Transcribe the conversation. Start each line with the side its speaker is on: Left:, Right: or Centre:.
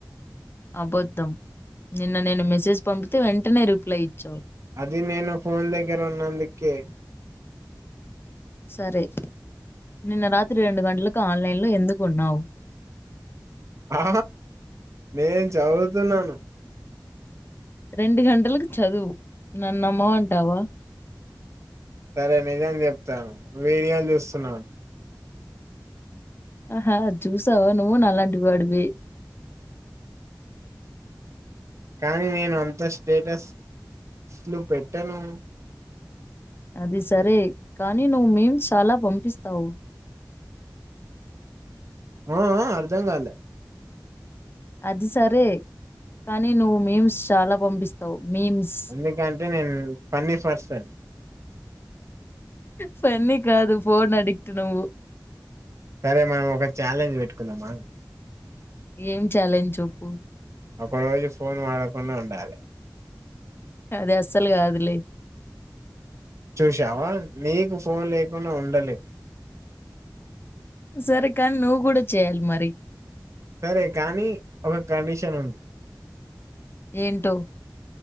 Left: అబద్ధం నిన్న నేను మెసేజ్ పంపితే వెంటనే రిప్లై ఇచ్చావు,
Right: అది నేను ఫోన్ దగ్గర ఉన్నందుకే
Left: సరే నిన్న రాత్రి రెండు గంటలకు ఆన్లైన్లో ఎందుకున్నావు
Right: ఆ నేను చదువుతున్నాను,
Left: రెండు గంటలకు చదువు నన్నమ్మ అంటావా
Right: సరే నిజం చెప్తాను వీడియోలు చూస్తున్నాను.
Left: ఆహా చూసావ నువ్వు అల్లాంటి వాడివి
Right: కానీ నేను అంత స్టేటస్లు పెట్టాను,
Left: అది సరే కానీ నువ్వు మేమ్స్ చాలా పంపిస్తావు. <unintelligible>
Right: ఆ అ అర్ధం కాలే
Left: అది సరే కానీ నువ్వు మేమ్స్ చాలా పంపిస్తావు. మీమ్స్.
Right: ఎందుకంటే నేను ఫన్నీ పర్సన్
Left: పన్న కాదు పోన్ అడిక్ట్ ను
Right: సరే మనం ఒక ఛాలెంజ్ పెట్టుకుందాంమా
Left: ఏం ఛాలెంజ్ చెప్పు
Right: ఒక రోజు ఫోన్ వాడకుండా ఉండాలి
Left: అది అస్సలు కాదులే
Right: చూసావా మీకు ఫోన్ లేకుండా ఉండలేదు
Left: సరే కానీ నువ్వు కూడా చేయాలి మరి
Right: సరే కానీ ఒక కండిషన్
Left: ఏంటో